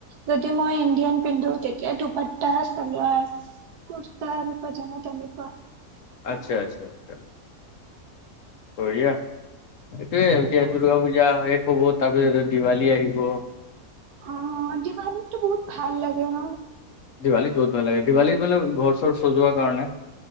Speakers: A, on the right; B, on the left.
A: যদি মই ইণ্ডিয়ান পিন্ধো তেতিয়া দুপাটা চালাৰ কুৰ্তা আৰু পাজামা তেনেকুৱা ভাল
B: আচ্ছা, আচ্ছা, আচ্ছা। বঢ়িয়া এইয়ে
A: লাগে
B: এতিয়া দুৰ্গা
A: অ
B: পূজা হয় হব তাৰপিছত দিৱালী আহিব।
A: অ দিৱালীতো বহুত ভাল লাগে ন?
B: দেৱালী বহুত ভাল লাগে। দেৱালী হ'লে ঘৰ চৰ সজোৱা কাৰনে।